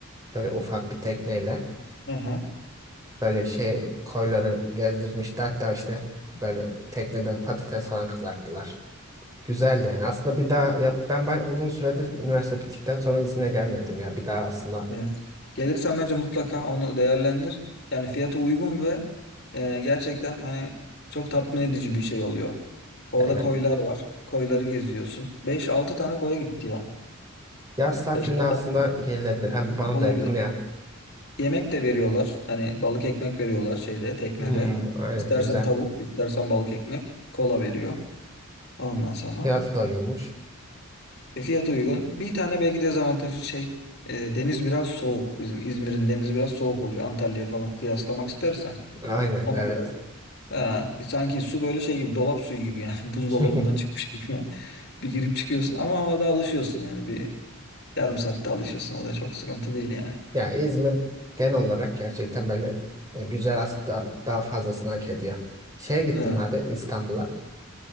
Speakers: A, on the right (about 15°); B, on the left (about 50°).
A: Böyle ufak bir tekneyle.
B: Aha.
A: Böyle şey koyları gezdirmişti. Hatta işte böyle teknede patates falan kızarttılar. Güzeldi yani. Aslında bir daha yap ben bay uzun süredir üniversite bittikten sonra İzmir'e gelmedim ya. Bir daha aslında
B: Evet. Gelirsen bence mutlaka onu değerlendir. Yani fiyata uygun ve e, gerçekten hani çok tatmin edici bir şey oluyor. Orada
A: ya, ya-
B: koylar var. Koyları geziyorsun. beş altı tane koya gitti ya.
A: yaz tatilinde
B: beş altı
A: aslında
B: tane koy
A: gelinebilir. Hem bana
B: olabilir.
A: da yakın ya.
B: Yemek de veriyorlar. Hani balık ekmek veriyorlar şeyde, teknede.
A: Hmm, aynen
B: İstersen
A: güzel.
B: tavuk, istersen balık ekmek. Kola veriyor. Ondan sonra.
A: Fiyatı da uygunmuş.
B: E, Fiyatı uygun. Bir tane belki dezavantajı şey e, deniz biraz soğuk. Bizim İzmir'in denizi biraz soğuk oluyor. Antalya'ya falan kıyaslamak istersen.
A: Aynen
B: Ona
A: evet.
B: göre ha, e, sanki su böyle şey gibi dolap suyu gibi yani <laughs> buzdolabından
A: <laughs>
B: çıkmış gibi yani. Bir girip çıkıyorsun ama ona da alışıyorsun yani bir yarım saatte alışıyorsun o da çok sıkıntı değil yani.
A: Ya İzmir genel olarak gerçekten böyle güzel aslında daha fazlasını hak ediyor. Şeye gittim
B: Evet.
A: abi İstanbul'a.